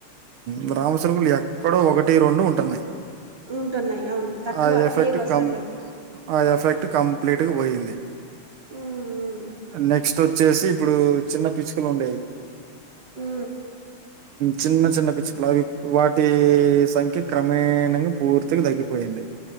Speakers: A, on the right; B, on the right.
A: ఉ రామచిలకలు ఎక్కడో ఒకటి రెండు ఉంటున్నాయి
B: ఉంటున్నాయి అవును తక్కువ
A: ఆ ఎఫెక్ట్
B: లేవు అసలేవు
A: కం ఆ ఎఫెక్ట్ కంప్లీట్గా పోయింది
B: ఉమ్
A: నెక్స్ట్ వచ్చేసి ఇప్పుడు చిన్న పిచ్చుకలు ఉండేయి
B: ఉ
A: చిన్న చిన్న పిచ్చుకులు అవి వాటి సంఖ్య క్రమేణంగా పూర్తిగా తగ్గిపోయింది